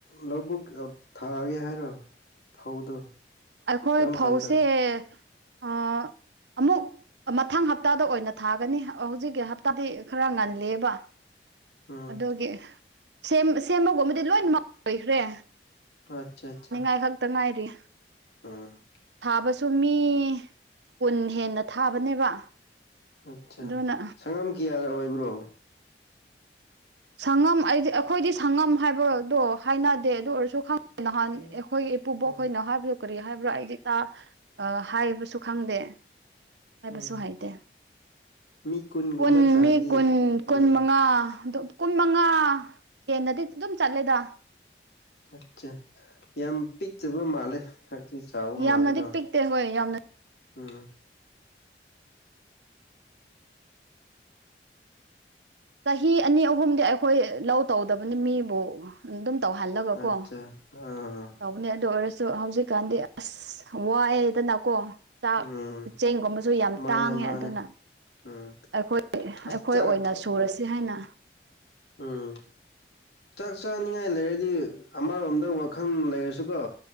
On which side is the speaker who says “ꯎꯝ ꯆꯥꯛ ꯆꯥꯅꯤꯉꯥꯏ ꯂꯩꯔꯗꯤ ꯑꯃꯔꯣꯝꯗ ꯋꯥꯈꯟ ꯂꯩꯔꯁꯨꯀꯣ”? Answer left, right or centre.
Left